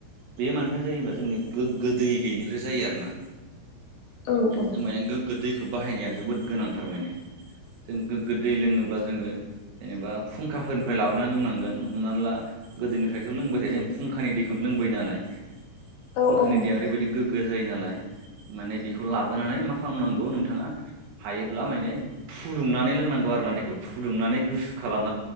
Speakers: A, on the right; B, on the left.
A: बे मानि जायोबा जोंनि गोग्गो दै गैयैनिफ्राय जायो आरोना
B: औ औ
A: जों माने गोगो दैखौ बाहायनाया जोबोद गोनांथारमाने जों गोग्गो दै लोङोब्ला जोङो जेनेबा फुंखाफोरनिफ्राय लाबोनानै लोंनांगोन हमनानै ला गोदोनिफ्राय' लोंबाय थायो जों फुंखानि दैखौनो लोंबाय नालाय
B: औ
A: फुंखानि
B: औ नोंथां
A: दैया ओरैबायाददि गोग्गो जायो नालाय माने बेखौ लाबोनानै मा खालामनांगौ नोंथाङा हायोब्ला माने फुदुंनानै लोंनांगौ आरोना देखौ फुदुंनानै गुसु खालाम